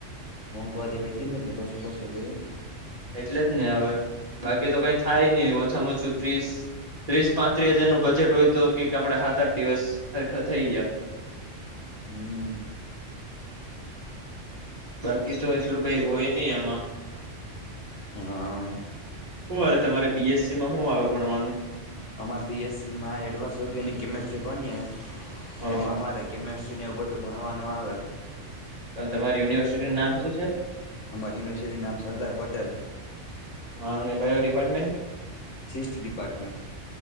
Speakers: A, on the left; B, on the right.
A: મોંઘવારી વધી ને એટલે <unintelligible> જોયાને
B: એટલે જ ને હવે બાકી તો કઈ થાય નહી ઓછામાં ઓછું ત્રીસ ત્રીસ પાંત્રીસ હજારનું બજેટ હોય તો કંઈક આપડે હાત આઠ દિવસ હરખા થઈ ગયા.
A: હમ્મ.
B: બાકી તો એટલું કઈ હોય નહી આમાં
A: હા આ.
B: હું આવે તમારે બીએસસી માં હું આવે ભણવાનું?
A: અમારે બીએસસીમાં એડવાસ ઓર્ગેનિક કેમેસ્ટ્રી ભણીએ
B: હ
A: એમા મારે કેમેસ્ટ્રીને એવું બધું ભણવાનું આવે
B: અને તમારી યુનિવર્સિટી નામ શું છે?
A: અમારી યુનિવર્સિટીનું નામ સરદાર પટેલ
B: હા, અને કયો ડિપાર્ટમેન્ટ?
A: સિસ્ટ ડિપાર્ટમેન્ટ.